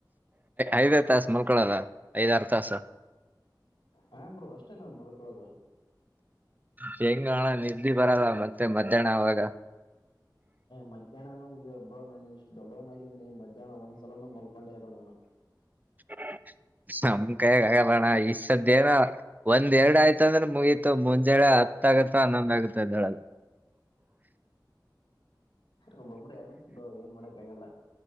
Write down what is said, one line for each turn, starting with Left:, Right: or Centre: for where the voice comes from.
Right: ಐದೇ ತಾಸ ಮಲ್ಕೊಳಲ್ಲ ಐದಾರು ತಾಸ
Left: ಹಾ ಬ್ರೋ ಅಷ್ಟೇ ನಾವ ಮಲ್ಕೋಳೊದು
Right: ಹೆಂಗ್ ಅಣ್ಣ ನಿದ್ದಿ ಬರಲ್ಲ ಮತ್ತೆ ಮಧ್ಯಾಹ್ನ ಅವಾಗ
Left: ಮಧ್ಯಾಹ್ನನು ಬ್ರೋ ನಾನು ಇಷ್ಟು ದೊಡ್ಡವನಾಗಿದ್ದೀನಿ ಮಧ್ಯಾಹ್ನ ಒಂದ್ಸಲಾನ ಮಲ್ಕೊಂಡೆ ಇಲ್ಲ ನಾನು
Right: <inaudible> ನಮ್ ಕೈಗ್ ಆಗಲ್ಲಣ್ಣ ಈ ಸತಿ ಏನೋ ಒಂದ್ ಎರಡು ಆಯ್ತು ಅಂದ್ರೆ ಮುಗೀತು ಮುಂಜಳೆ. ಹತ್ತ ಆಗುತ್ತ ಆನೊಂದ್ ಆಗುತ್ತ ಎದ್ದೇಳುವುದು.
Left: ಒಬ್ಬೊಬ್ರು ಹ್ಯಾಬಿಟ್ಸ್ ಬ್ರೋ ಏನ್ ಮಾಡೋಕ್ಕ ಆಗಲ್ಲ.